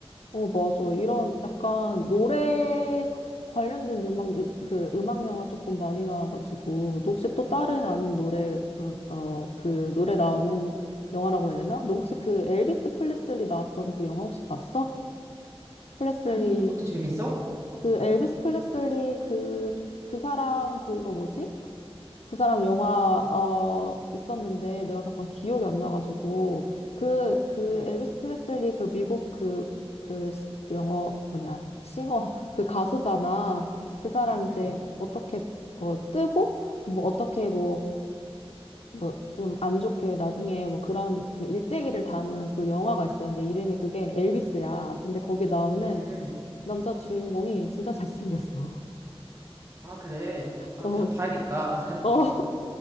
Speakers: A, on the left (about 75°); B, on the right (about 25°).
A: 어, 맞아. 이런 약간 노래 가- 관련된 음악, 요- 그 음악 영화 조금 많이 나와가지고, 너 혹시 또 다른 아는 노래, 어, 어, 그 노래 나오는 영화라고 해야 되나? 너 혹시 그 엘비스 프레슬리 나왔던 그 영화 혹시 봤어? 플레슬리
B: 아니 그것도 재밌어?
A: 그 엘비스 플레슬리 그, 그 사람 그거 뭐지? 그 사람 영화 어 있었는데 내가 잠깐 기억이 안 나가지고 그 그
B: 응,
A: 엘비스 프레슬리 그 미국 그 그 영어 뭐냐 싱어 <laughs> 그 가수잖아 그 사람 이제
B: 응,
A: 어떻게 어 뜨고 뭐 어떻게 뭐 뭐 좀 안 좋게 나중에 뭐 그런 그 일대기를 담은 그 영화가 있었는데 이름이 그게 엘비스야 근데 거기 나오는
B: 응.
A: 남자 주인공이 진짜 잘생겼어
B: 아, 그래. 아,
A: <laughs> 어
B: 다, 봐야겠다. <laughs>
A: 어